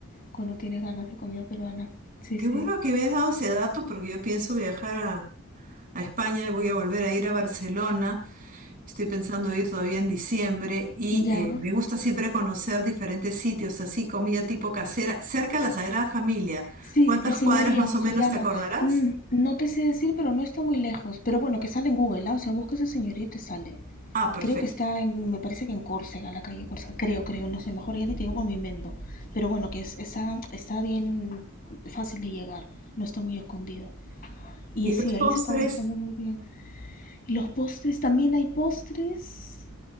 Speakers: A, on the left (about 40°); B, on the right (about 40°).
A: cuando tienes ganas de comida peruana. Sí,
B: Qué
A: sí.
B: bueno que me has dado ese dato porque yo pienso viajar a, a España y voy a volver a ir a Barcelona. Estoy pensando ir todavía en diciembre y
A: Ya,
B: eh, me gusta siempre conocer diferentes sitios, así comida tipo casera, cerca de la Sagrada Familia.
A: Sí,
B: ¿Cuántas
A: el señorío
B: cuadras más o menos
A: se llama.
B: te acordarás?
A: Mm, no te sé decir, pero no está muy lejos. Pero bueno, que sale en Google, ¿ah? O sea, buscas el señorío y te sale.
B: Ah, perfecto.
A: Creo que está en, me parece que en Córcega, la calle Córcega. Creo, creo, no sé, mejor ya ni te digo por mi invento. Pero bueno, que es- está, está bien fácil de llegar, no está muy escondido. Y
B: Y
A: sí,
B: los postres,
A: ahí se come, les come muy bien. Y los postres, también hay postres.